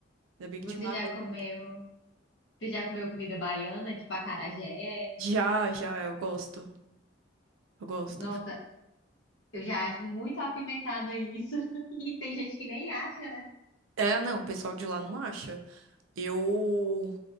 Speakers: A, on the right; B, on the left.
A: Ainda bem
B: Você
A: que tinha uma
B: já
A: água
B: comeu?
A: do lado.
B: Você já comeu comida baiana, tipo acarajé?
A: Já, já, eu gosto. Eu gosto.
B: Nossa, Eu já acho muito apimentado isso. <laughs> E tem gente que nem acha, né?
A: É, não, o pessoal de lá não acha. Eu.